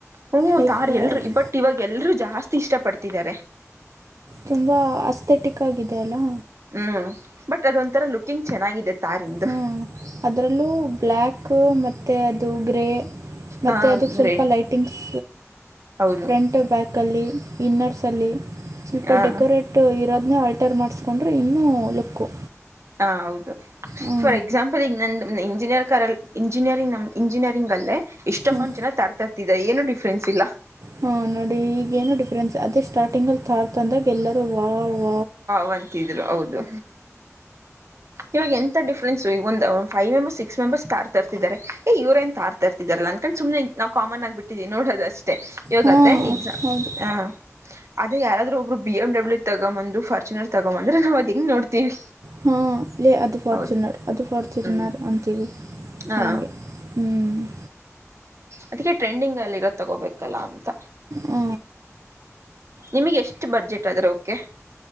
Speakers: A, on the right; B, on the right.
A: ಹ್ಞೂ
B: ಲೈಕ್
A: ತಾರ್ ಎಲ್ಲರೂ
B: ಅದು
A: ಬಟ್ ಇವಾಗ ಎಲ್ಲರರುೂ ಜಾಸ್ತಿ ಇಷ್ಟ ಪಡ್ತಿದ್ದಾರೆ
B: ತುಂಬಾ ಅಸ್ಥೆಟಿಕ್ ಆಗಿದೆ ಅಲ್ಲಾ
A: ಹ್ಮ್ ಬಟ್ ಅದ ಒಂಂತರ ಲುಕಿಂಗ್ ಚೆನ್ನಾಗಿದೆ ತಾರಿಂದು
B: ಹಾಂ ಅದರಲ್ಲೂ ಬ್ಯಾಕ್ ಮತ್ತು ಅದು ಗ್ರೇ ಮತ್ತೆ
A: ಹಾಂ
B: ಅದಕ್ ಸ್ವಲ್ಪ
A: ರೇ
B: ಲೈಟಿಂಗ್ಸ್
A: ಹೌದು
B: ಫ್ರಂಟ್ ಬ್ಯಾಕ್ ಲ್ಲಿ ಇನ್ನರ್ಸ್ ಅಲ್ಲಿ ಸ್ವಲ್ಪ
A: ಹಾಂ
B: ಡೆಕೋರೇಟ್ ಬಟ್ ಇರೋದನೇ ಆಲ್ಟರ್ ಮಾಡಿಸ್ಕೊಂಡ್ರೆ ಇನ್ನೂ ಲುಕ್ಕು
A: ಹ ಹೌದು
B: ಹ್ಞೂ
A: ಫಾರ್ ಎಕ್ಸಾಂಪಲ್ ಈಗ ನಂದು ಇಂಜಿನಿಯರ್ ಕಲ್ ಇಂಜಿನಿಯರಿಂಗ್ ನಮ್ ಇಂಜಿನಿಯರಿಂಗ್ ಅಲ್ಲೇ ಇಷ್ಟೊಕ್ಕಂ
B: ಹಾಂ
A: ಜನ ತರತರ್ತಿದ್ದಾರೆ ಏನು ಡಿಫ್ರೆನ್ಸ್ ಇಲ್ಲ
B: ಹಾ ನೋಡಿ ಈಗ ಏನು ಡಿಫ್ರೆನ್ಸ್ ಅದೇ ಸ್ಟಾರ್ಟಿಂಗ್ ಅಲ್ಲಿ ತಾರ್ತಂದಾಗ ಎಲ್ಲರೂ ವ ವ್
A: ವ್ಂತಿದ್ರು ಹೌದು ಇವಾಗ ಎಂತ ಡಿಫ್ರನ್ಸ್ ಈ ಒಂದಂದು ಫೈವ್ೆಂಬರ್ ಸಿಕ್ಸ್ ಮೆಂಬರ್ಸ್ ತಾರ್ ತರ್ತಿದಿದ್ದಾರೆ ಇವ್ರೇನ್ ತ ರ್ತಿದಾರಲ್ಲ ಅನ್ಕೊಂಡು ಸುಮ್ಮನೆ ನಾವವು ಕಾಮನ್ ಆಗ್ಿಬಿಟ್ಟಿದೀವಿ ನೋಡೋದಷ್ಟೇ ಯವಾಗಾದ
B: ಹಾಂ
A: ಎಕ್ಸಾಮ
B: ಹೌದು
A: ಹ ಅದ ಯಾರಾದ್ರ ಒಬ್ರು ಬಿ ಎ ಡಬ್ಲ್ಯ ತಗೊಂಬಂದು ಾರ್ಚುನರ್ ತಗೊಂಬಂದ್ರ ನವು ಅದಿಂಗ ನೋಡ್ತೀವಿ
B: ಹಾಂ ಲೇ ಅದು ಫಾರ್ಚುನರ್
A: ಹೌದು
B: ಅದು ಫಾರ್ಚುನರ್
A: ಹ್ಮ್
B: ಅಂತೀವಿ
A: ಹಾ
B: ಹಾಗೆ ಹ್ಮಞ
A: ಅದಕ್ಕೆ ಟ್ರೆಂಡಿಂಗ್ ಅಲ್ಲಿ ಇರೋ ತಗೋಬೇಕಲ್ಲ ಅಂತ
B: ಹ
A: ನಿಮಗೆ ಎಷ್ಟ ಬಡ್ಜೆಟ್ ಆದ್ರೆ ಓಕೆ